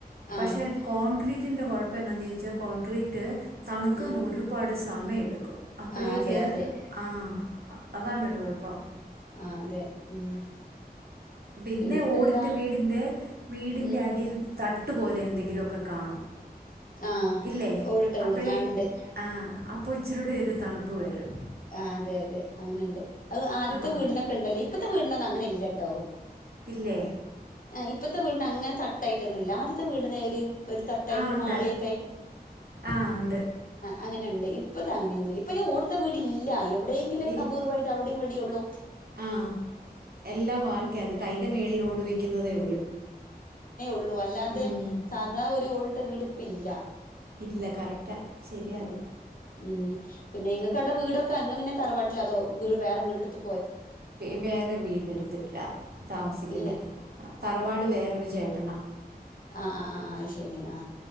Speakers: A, on the right; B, on the left.
A: പക്ഷേ
B: ആ
A: കോൺക്രീ <unintelligible> പിന്നെ നീച്ച കോയ ക്രീറ്റ് തണ്ക്കാൻ
B: ഉം
A: ഒരുപാട് സമയെടുക്കും അപ്പോഴേക്ക്
B: ആ അതെ അതെ
A: ആ അതാണ് ഒരു കൊഴപ്പം
B: ആ അതെ ഉം
A: പിന്നെ
B: പിന്നെപ്പ
A: ഓടിട്ട്
B: എന്താ
A: വീടിന്റെ വീടിന്റെ
B: ഉം
A: അടിയിൽ തട്ട്പോലെ എന്തെങ്കിലുക്കെ കാണും
B: ആ
A: ഇല്ലേ
B: ഓടിട്ട
A: അപ്പഴേ
B: വീട് ആ ഇണ്ട്
A: ആ അപ്പൊ ഇച്ചിരിയുടെ തണുപ്പ് വരും
B: ആ അതെ അതെ അങ്ങനെണ്ട് അത് ആദ്യത്തെ
A: ആ
B: വീടിനൊക്കെണ്ടല്ലോ ഇപ്പോത്തെ വീടിനോന്നും അങ്ങനെല്ല ല്ലട്ടോ
A: ഇല്ലെ
B: ഇപ്പത്തെ വീടിന് അങ്ങനെ തട്ടായിട്ടൊന്നുല്ല ആദ്യത്തെ വീടിന് ഒരു ഒരു തട്ടായിട്ട്
A: ആ
B: ഒരു
A: ഉണ്ട്
B: മാളിയൊക്കെ ആയിട്ട്
A: ആ ഉണ്ട്
B: അങ്ങനെ ഉണ്ട് ഇപ്പത്തെ അങ്ങനെയൊന്നും ഇല്ല ഇപ്പയ്ന് ഓ വീടില്ല എവിടെങ്കിലൊക്കെ
A: ഇ
B: അപൂർവായിട്ട് <unintelligible> ഒള്ളൂ
A: ആ എല്ലാം വാർക്ക എന്നിട്ട് അതിന്റെ മേളിലോട് വെക്കുന്നതേള്ളൂ
B: ള്ളൂ അല്ലാ തെ
A: ഉം.
B: സാ ഓടിട്ട വീട് പ്പില്ല
A: ഇല്ല കറക്റ്റാ ശരിഅത്
B: ഉം പിന്നെ ഇങ്ങകവുടെ വീടൊക്കെ ഇങ്ങള് തറവാട്ടില്ലോ അതോ വേറെ വീട് എടുത്
A: വേറെ വീട് ടുത്തിട്ടാ താമസിക്കുന്നെ
B: ഇല്ലേ
A: തറവാട് വേറെ ചെ എത്ത്ന്ന
B: ആആ ആ അഹ് ശരി ആ